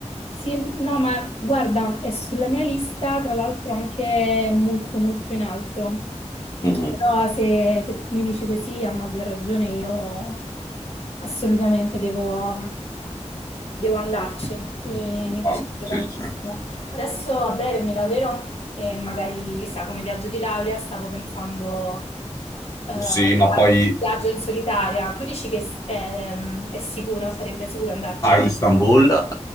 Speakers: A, on the left (about 55°); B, on the left (about 30°).
A: Sì, no, ma guarda, è sulla mia lista, tra l'altro anche molto molto in alto.
B: Mhm.
A: Però se, se tu mi dici così, a maggior ragione io assolutamente devo, devo andarci. Mi, mi piace
B: No,
A: tantissimo.
B: sì, sì.
A: Adesso a breve mi laureerò e magari, chissà, come viaggio di laurea stavo pensando eh, a
B: Sì, ma
A: fare
B: poi,
A: un viaggio in solitaria. Tu dici che è, è sicuro, sarebbe sicuro andarci?
B: A Istanbul,